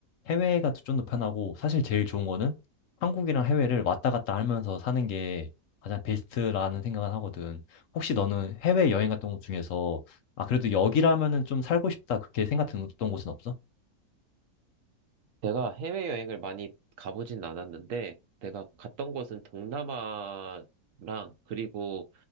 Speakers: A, on the left; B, on the right.
A: 해외가 좀 더 편하고 사실 제일 좋은 거는 한국이랑 해외를 왔다 갔다 하면서 사는 게 가장 베스트라는 생각은 하거든. 혹시 너는 해외 여행 갔던 곳 중에서 아, 그래도 여기라면은 좀 살고 싶다 그렇게 생각했던 곳은 없어?
B: 내가 해외여행을 많이 가보진 않았는데, 내가 갔던 곳은 동남아랑 그리고